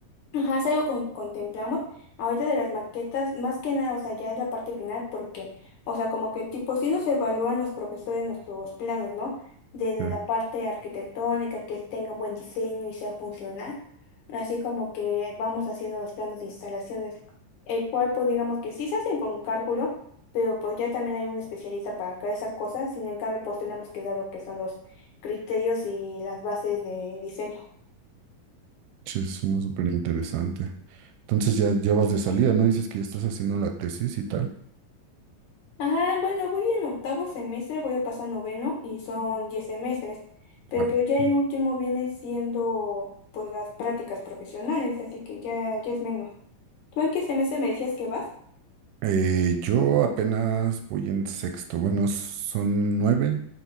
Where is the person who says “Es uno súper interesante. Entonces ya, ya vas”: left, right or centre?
Right